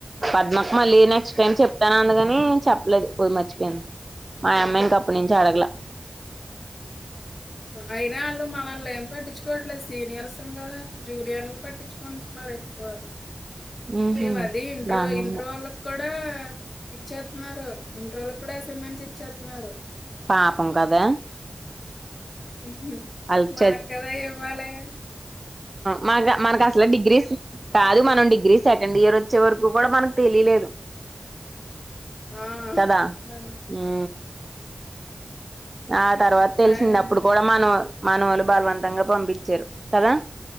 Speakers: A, on the right (about 35°); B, on the left (about 75°).
A: పద్మక్ మళ్ళీ నెక్స్ట్ టైమ్ చెప్తాను అందుగని చెప్పలేదు పో మర్చిపోయింది మా యమ్మా ఇంకప్పనించి అడగల
B: అయినా వాళ్ళు మావాల్ళు ఏం పట్టించుకోవట్లేదు సీనియర్సమ్ గదా. జూనియర్లుని పట్టించ్చుకుంటున్నారు ఎక్కువ
A: ఉహు
B: ఈ మది ఇంట్రు
A: బానే
B: ఇంట్రు
A: ఉంది
B: వాళ్ళక్ కూ డా ఇచ్చేత్తున్నారు ఇంటరోళ్ళకు కూడా అసైన్మెంట్స్ ఇచ్చేత్తున్నారు.
A: పాపం కదా
B: ఉహు
A: వాళ్ళకి
B: మనక్కదా ఇవ్వాలె
A: మానక మనకసలే డిగ్రీస్ కాదు మనం డిగ్రీ సెకండ్ ఇయర్ వచ్చే వరకు కూడా మనకు తెలియలేదు
B: ఆ
A: కదా
B: ఆ
A: ఉ ఆ తర్వాత
B: ఒకసారి
A: తెలిసింది అప్పుడు కూడా మనం మానవులు బలవంతంగా పంపించారు కదా